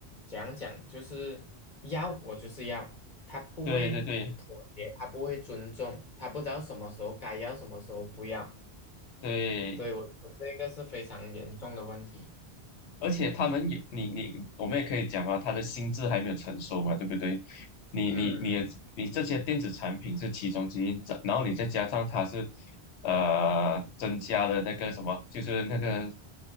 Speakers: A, on the left (about 45°); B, on the left (about 80°).
A: 讲讲，就是要我就是要，他不会妥协，
B: 对对对
A: 他不会尊重，他不知道什么时候该要，什么时候不要。
B: 对。
A: 对，我觉得这个是非常严重的问题。
B: 而且他们也，你你，我们也可以讲啊，他的心智还没有成熟嘛，对不对？你你你也你这些电子产品是其中之一，
A: 嗯。
B: 这然后你再加上它是，呃，增加了那个什么，就是那个